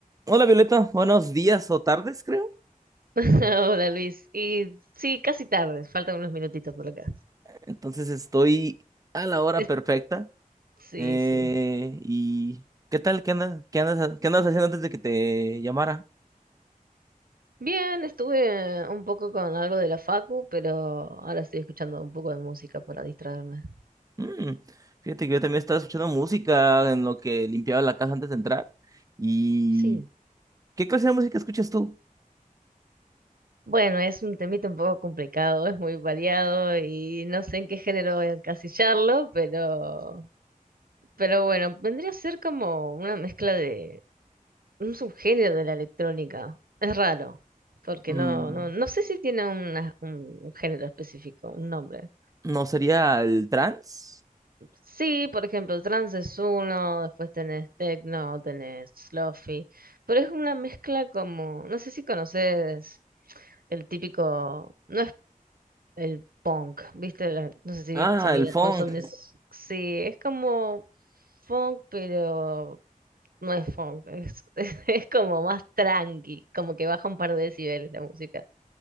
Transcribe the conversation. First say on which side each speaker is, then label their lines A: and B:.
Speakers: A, on the right (about 25°); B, on the right (about 80°).
A: Hola Violeta, buenos días o tardes, creo.
B: <laughs> Hola Luis. Y sí, casi tarde, faltan unos minutitos por acá.
A: Entonces estoy a la hora
B: <laughs>
A: perfecta.
B: Sí,
A: Eh,
B: sí.
A: ¿y qué tal? ¿Qué andas, qué andas, qué andas haciendo antes de que te llamara?
B: Bien, estuve un poco con algo de la facu, pero ahora estoy escuchando un poco de música para distraerme.
A: Mm, fíjate que yo también estaba escuchando música en lo que limpiaba la casa antes de entrar. ¿Y
B: Sí.
A: qué clase de música escuchas tú?
B: Bueno, es un temita un poco complicado, es muy variado y no sé en qué género voy a encasillarlo, pero, pero bueno, vendría a ser como una mezcla de un subgénero de la electrónica. Es raro, porque
A: Mm,
B: no, no, no sé si tiene una- un un género específico, un nombre.
A: ¿no sería el trance?
B: Sí, por ejemplo, trance es uno, después tenés techno, tenés lofi, pero es una mezcla como, no sé si conoces el típico, no es el punk, ¿viste? La- no sé si
A: Ah,
B: viste, mira,
A: el funk.
B: consumís, sí, es como funk, pero no es funk, es, <laughs> es como más tranqui, como que baja un par de decibeles la música.